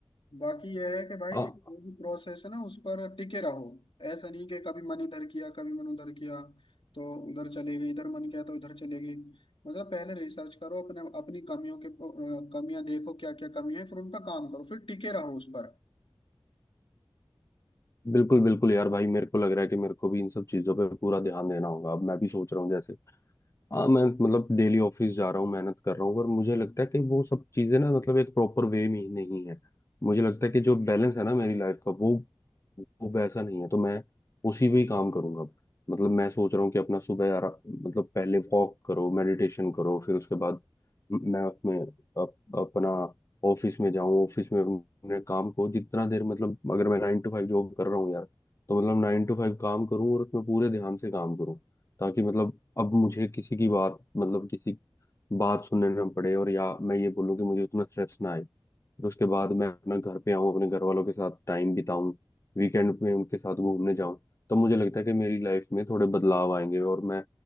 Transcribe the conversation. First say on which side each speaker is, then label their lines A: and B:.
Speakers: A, on the left; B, on the left.
A: बाकी यह है कि भाई
B: हाँ
A: जो भी प्रोसेस है ना उस पर टिके रहो ऐसा नहीं कि कभी मन इधर किया कभी मन उधर किया तो उधर चले गई इधर मन किया तो इधर चले गई मतलब पहले रिसर्च करो अपने अपनी कमियों के अ, कमियां देखो क्या क्या कमी है फिर उन पर काम करो फिर टिके रहो उस पर
B: बिल्कुल बिल्कुल यार भाई मेरे को लग रहा है कि मेरे को भी इन सब चीजों पे पूरा ध्यान देना होगा अब मैं भी सोच रहा हूँ जैसे हाँ मैं मतलब डेली ऑफिस जा रहा हूँ मेहनत कर रहा हूँ पर मुझे लगता है कि वो सब चीजें ना मतलब एक प्रॉपर वे में ही नहीं है मुझे लगता है कि जो बैलेंस है ना मेरी लाइफ का वो वो वैसा नहीं है तो मैं उसी पे ही काम करूंगा मतलब मैं सोच रहा हूँ कि अपना सुबह आरा- मतलब पहले वॉक करो मेडिटेशन करो फिर उसके बाद मैं उसमें अप, अपना ऑफिस में जाऊँ ऑफिस में अपने काम को जितना देर मतलब अगर मैं नाइन टू फाइव जॉब कर रहा हूँ यार तो मतलब नाइन टू फाइव काम करूँ और उसमें पूरे ध्यान से काम करूँ ताकि मतलब अब मुझे किसी की बात मतलब किसी बात सुनने ना पड़े और या मैं ये बोलूँ कि मुझे उतना स्ट्रेस ना आए फिर उसके बाद मैं अपना घर पे आऊँ अपने घर वालों के साथ टाइम बिताऊं वीकेंड में उनके साथ घूमने जाऊं तो मुझे लगता है कि मेरी लाइफ में थोड़े बदलाव आएंगे और मैं